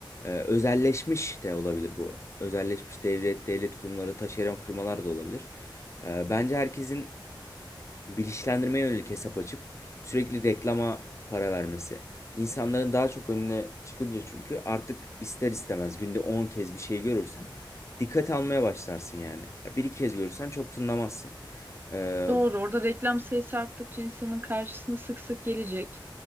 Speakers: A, on the left (about 35°); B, on the right (about 25°).
A: Ee, özelleşmiş de olabilir bu. Özelleşmiş devlet, devlet kurumları, taşeron firmalar da olabilir. Ee, bence herkesin bilinçlendirmeye yönelik hesap açıp sürekli reklama para vermesi. İnsanların daha çok önüne çıkınca çünkü artık ister istemez günde 10 kez bir şey görürsen dikkat almaya başlarsın yani. Ya bir iki kez görürsen çok tınlamazsın. Ee,
B: Doğru. Orada reklam sayısı arttıkça insanın karşısına sık sık gelecek